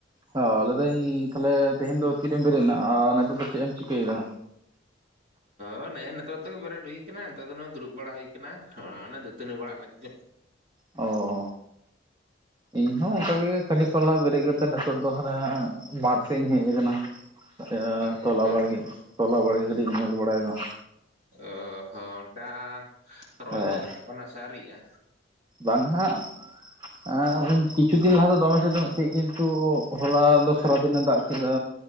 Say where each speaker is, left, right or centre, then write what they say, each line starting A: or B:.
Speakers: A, on the right (about 20°); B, on the right (about 35°).
A: ᱦᱚ ᱞᱟᱹᱭᱮ ᱫᱟᱹᱧ ᱛᱟᱦᱞᱮ ᱛᱮᱦᱮᱧ ᱫᱚ ᱛᱤᱨᱮᱢ ᱵᱮᱨᱮᱫ ᱱᱟ ᱟᱨ ᱱᱤᱛᱚᱜ ᱫᱚ ᱪᱮᱫᱮᱢ ᱪᱤᱠᱟᱹᱭᱮᱫᱟ?
B: ᱚᱻ ᱱᱮᱜᱼᱮ ᱱᱤᱛᱳᱜ ᱛᱮᱜᱮ ᱵᱮᱨᱮᱫ ᱦᱩᱭ ᱠᱟᱱᱟ ᱱᱤᱛᱚᱜ ᱫᱚ ᱱᱚᱼᱚᱭ ᱫᱩᱲᱩᱵ ᱵᱟᱲᱟ ᱦᱩᱭ ᱠᱟᱱᱟ ᱚᱸ ᱫᱟᱹᱛᱟᱹᱱᱤ ᱵᱟᱲᱟᱜ ᱞᱟᱹᱜᱤᱫ ᱛᱮ
A: ᱚ ᱤᱧᱦᱚᱸ ᱚᱝᱠᱟ ᱜᱮ ᱠᱷᱟᱱᱮᱜ ᱠᱷᱚᱱ ᱞᱦᱟ ᱵᱮᱨᱮᱫ ᱠᱟᱛᱮᱜ ᱱᱤᱛᱚᱜ ᱫᱚ ᱦᱟᱱᱮ ᱵᱟᱸᱫᱷᱽ ᱥᱮᱫ ᱤᱧ ᱦᱮᱡᱟ ᱠᱟᱱᱟ᱾ ᱛᱟᱞᱮ
B: ᱦᱚᱸ
A: ᱛᱚᱞᱟ ᱵᱟᱲᱜᱮ ᱛᱚᱞᱟ ᱵᱟᱲᱜᱮ ᱠᱟᱹᱴᱤᱡ ᱤᱧ ᱧᱮᱞ ᱵᱟᱲᱟᱭᱫᱟ᱾
B: ᱚ ᱦᱚᱸ ᱚᱱᱠᱟ ᱨᱚᱦᱚᱭ
A: ᱦᱮᱸ
B: ᱠᱚ ᱜᱟᱱᱚᱜ ᱠᱟᱱᱟ ᱥᱮ ᱟᱹᱣᱨᱤᱜᱼᱟ᱾
A: ᱵᱟᱝ ᱦᱟᱜ ᱮᱸ ᱩᱱ ᱠᱤᱪᱷᱩ ᱫᱤᱱ ᱞᱟᱦᱟ ᱫᱚ ᱫᱚᱢᱮ ᱥᱤᱛᱩᱝ ᱮᱫ ᱛᱟᱸᱦᱮᱱᱮ ᱠᱤᱱᱛᱩ ᱦᱚᱞᱟ ᱫᱚ ᱥᱚᱨᱟᱫᱤᱱᱮ ᱫᱟᱜ ᱠᱮᱫᱟ᱾